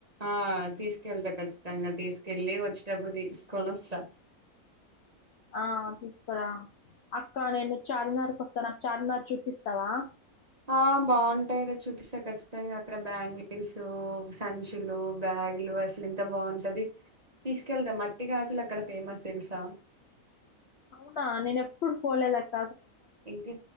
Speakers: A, on the right; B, on the left.
A: ఆ తీసుకెళ్తా ఖచ్చితంగ తీసుకెల్లి వచ్చేటప్పుడు తీసుకొని వస్తా
B: ఆ తీసుకరా అక్క నేను చార్మినార్ కి వస్తానక్క చార్మినార్ చూపిస్తవా
A: ఆ బాగుంటాయి రా చూపిస్త ఖచ్చితంగా అక్కడ బ్యాంగిల్స్ సంచులు బ్యాగులు అసలు ఎంత బాగుంటది తీసుకెళ్తా మట్టిగాజులు అక్కడ ఫేమస్ తెలుసా
B: అవునా నేనెప్పుడు పోలేదక్క
A: ఇంకా